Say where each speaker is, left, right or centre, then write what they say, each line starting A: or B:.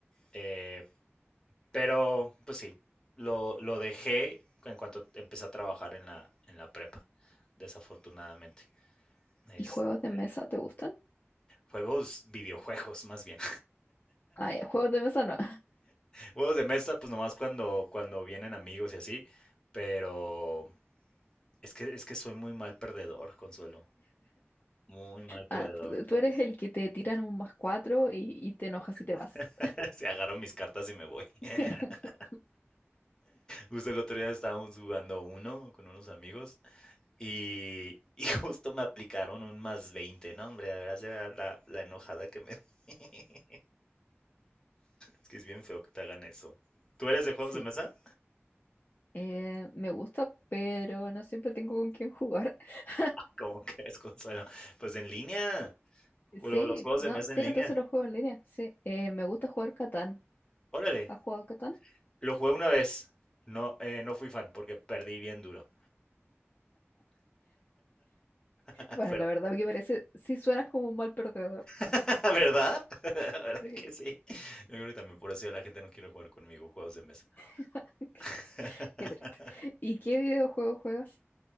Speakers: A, on the left; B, on the left.
A: Eh, pero, pues sí, lo, lo dejé en cuanto empecé a trabajar en la, en la prepa, desafortunadamente. Este,
B: ¿Y juegos de mesa te gustan?
A: juegos, videojuegos, más bien.
B: Ah, ya, juegos de mesa no. <laughs>
A: Juegos de mesa, pues nomás cuando, cuando vienen amigos y así, pero es que, es que soy muy mal perdedor, Consuelo, muy mal perdedor.
B: Ah, tú tú eres el que te tiran un más cuatro y, y te enojas y te
A: <laughs>
B: vas.
A: Se agarro mis cartas y me voy. <laughs>
B: <laughs>
A: Justo el otro día estábamos jugando uno con unos amigos y, y justo me aplicaron un más 20, ¿no? Hombre, de veras ya la, la enojada que me di. <laughs> Es que es bien feo que te hagan eso. ¿Tú eres de juegos
B: Sí.
A: de mesa?
B: Eh, me gusta, pero no siempre tengo con quién jugar. <laughs>
A: ¿Cómo <laughs> que es, Consuelo? Pues en línea, juego-
B: Sí,
A: los juegos
B: no,
A: de mesa
B: sí,
A: en línea.
B: entonces los juego en línea. Sí. Eh, me gusta jugar Catán.
A: Órale.
B: ¿Has jugado Catán?
A: Lo jugué una vez. No, eh, no fui fan porque perdí bien duro. <laughs>
B: Bueno,
A: Pero,
B: la verdad que parece, sí suenas como un mal perdedor.
A: <laughs> ¿Verdad? <laughs> ¿verdad
B: Sí.
A: que sí? Yo creo que también por eso ya la gente no quiere jugar conmigo juegos de mesa.
B: <laughs> Qué,
A: <laughs>
B: qué triste. ¿Y qué videojuego juegas?